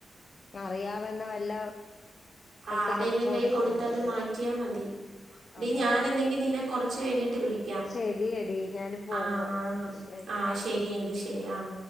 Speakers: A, on the left; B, on the right.
A: അറിയാവെന്ന വല്ല ഇടത്തും
B: ആരുടെയങ്കിലും
A: കൊണ്ട് കൊടുക്കണോടി
B: കൈ കൊടുത്തത് മാറ്റിയാൽ മതി ഡി
A: അതാ
B: ഞൻ എന്തെങ്കി നിന്നെ കൊറച്ച് കഴിഞ്ഞിട്ട് വിളിക്കാം
A: ശരിയെടി ഞാനും പോകുവാ
B: ആഹ
A: ശരി
B: ആഹ ശരിയങ്കി ശരി ആഹ